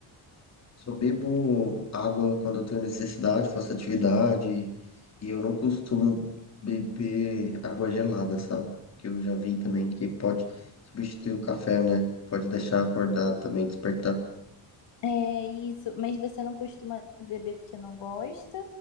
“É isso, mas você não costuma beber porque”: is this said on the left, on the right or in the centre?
Left